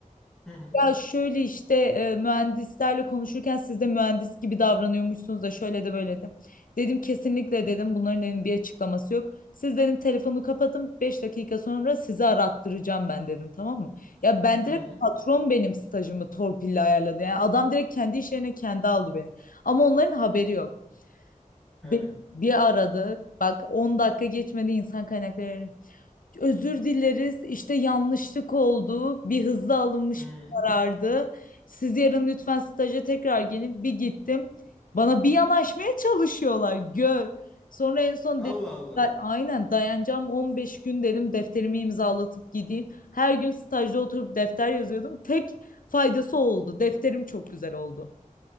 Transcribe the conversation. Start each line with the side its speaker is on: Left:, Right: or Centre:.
Centre: Hı hı.
Left: Ya şöyle işte e, mühendislerle konuşurken siz de mühendis gibi davranıyormuşsunuz da şöyle de böyle de. Dedim kesinlikle dedim bunların dedim bir açıklaması yok. Siz dedim telefonu kapatın 5 dakika sonra sizi arattıracağım ben dedim tamam mı? Ya ben
Centre: Hı.
Left: direkt patron benim stajımı torpille ayarladı. Yani adam direkt kendi iş yerine kendi aldı beni. Ama onların haberi yok.
Centre: He.
Left: Beni bir aradı bak 10 dakika geçmedi insan kaynakları özür dileriz. İşte yanlışlık oldu. Bir hızlı alınmış
Centre: Hı.
Left: bir karardı. Siz yarın lütfen staja tekrar gelin. Bir gittim. Bana bir yanaşmaya çalışıyorlar. Gör. Sonra en son
Centre: Allah
Left: dediler
Centre: Allah.
Left: aynen dayanacağım 15 gün dedim defterimi imzalatıp gideyim. Her gün stajda oturup defter yazıyordum. Tek faydası oldu. Defterim çok güzel oldu.